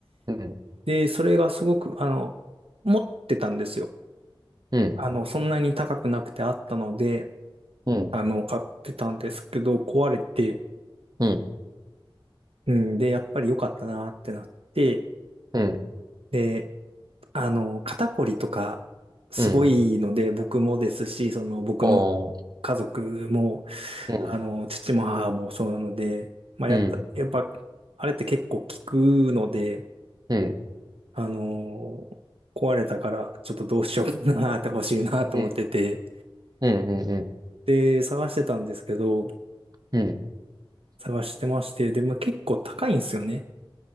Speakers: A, on the right; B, on the right.
A: うん。
B: で、それがすごく、あの、持ってたんですよ。
A: うん。
B: あの、そんなに高くなくてあったので、
A: うん。
B: あの、買ってたんですけど、壊れて、
A: うん。
B: うん、で、やっぱり良かったなってなって、
A: うん。
B: で、あの、肩こりとか、すごいので、
A: うん。
B: 僕もですし、その、僕の
A: ああ。
B: 家族も、
A: うん。
B: あの、父も母もそうなので、まあ、
A: うん。
B: やっぱ、やっぱ、あれって結構効くので、
A: うん。
B: あのー壊れたから、ちょっとどうしようかなって欲しいなと思ってて、
A: うん。うん。うん。
B: で、探してたんですけど、
A: うん。
B: 探してまして、で、まあ、結構高いんですよね。